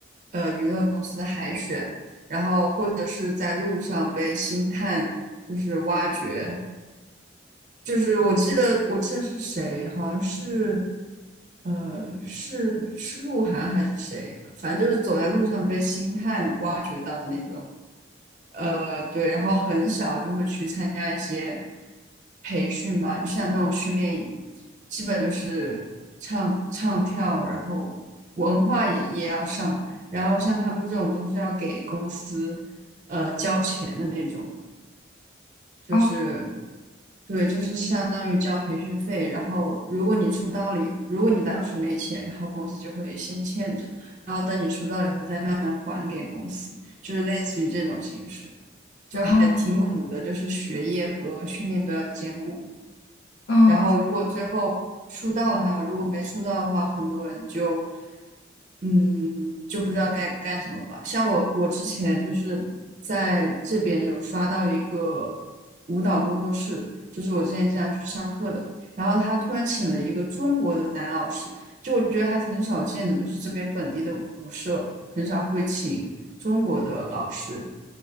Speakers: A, on the right (about 40°); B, on the left (about 65°).
A: 呃，娱乐公司的海选，然后或者是在路上被星探就是挖掘，就是我记得我记得是谁，好像是，呃，是是鹿晗还是谁，反正就是走在路上被星探挖掘到的那种。呃，对，然后很小就会去参加一些培训吧，就像那种训练营，基本就是唱唱跳，然后文化也也要上，然后像他们这种都是要给公司呃交钱的那种，就是。
B: 哦
A: 对，就是相当于交培训费，然后如果你出道了以，如果你当时没钱，然后公司就会先欠着，然后等你出道了以后再慢慢还给公司，就是类似于这种形式，就还挺苦的，
B: 哦，
A: 就是学业和训练都要兼顾。
B: 嗯，
A: 然后如果最后出道了还好，如果没出道的话，很多人就嗯就不知道该干什么吧。像我，我之前就是在这边有刷到一个舞蹈工作室，就是我之前经常去上课的。然后他突然请了一个中国的男老师，就我觉得还挺少见的，就是这边本地的舞社很少会请中国的老师。